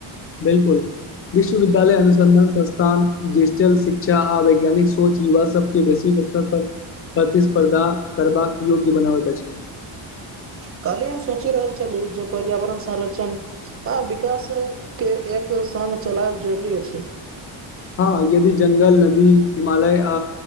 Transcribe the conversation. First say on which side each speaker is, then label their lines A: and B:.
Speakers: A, on the left; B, on the right.
A: बिलकुल, विश्वविद्यालय अनुसन्धान संस्थान तँन डिजिटल शिक्षा आ वैज्ञानिक सोच युवा सबके वैश्विक स्तर पर। प्रतिस्पर्धा करबाक योग्य बनाबत अछि।
B: काली हम सोचि रहल छलहुँ जे पर्यावरण संरक्षण आ विकास के एक एक संग चलायब जरुरी अछि।
A: हँ यदि जंगल, नदी, हिमालय आ